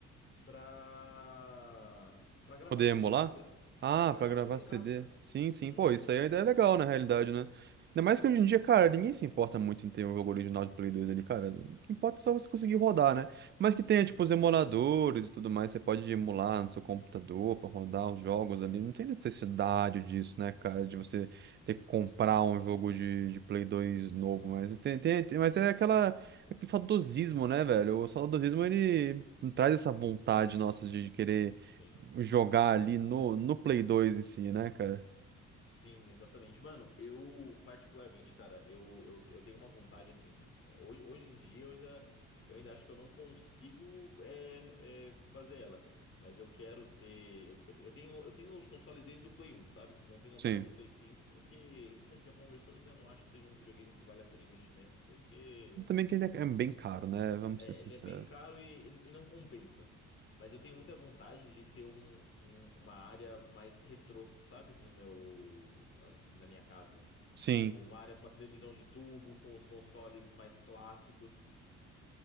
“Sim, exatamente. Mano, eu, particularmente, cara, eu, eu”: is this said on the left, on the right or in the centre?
Left